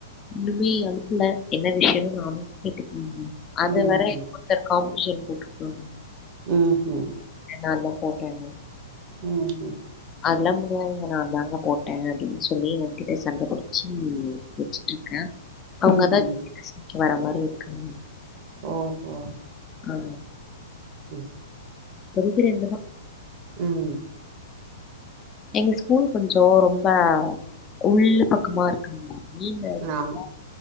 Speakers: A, on the left (about 25°); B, on the right (about 45°).
A: நிவி அனுப்பல என்ன விஷ்யோன் நானு கேட்டுக்கல மேம் அது
B: ம்
A: வரை
B: ம்
A: ஒருத்தர் காமனேஷன் போட்ருக்காங்க
B: ம் ம்
A: நா தா போட்டேனு
B: ம் ம்
A: அதெல்லாம் முடியாதுங்க நா தாங்க போட்டே அப்டின் சொல்லி உ கிட்ட சண்டை புடிச்சி வச்சிட்ருக்க அவங்கதா
B: ம் ம்
A: சமைக்க வர மாரி இருக்காங்க
B: ஓஹோ
A: ஆ
B: ம்
A: பெரிபெரியங்க தா
B: ம்
A: எங்க ஸ்கூல் கொஞ்சொ ரொம்ப உள்ளு பக்கமா இருக் ஆமா ஈ பேக் இருக்கா
B: ஆ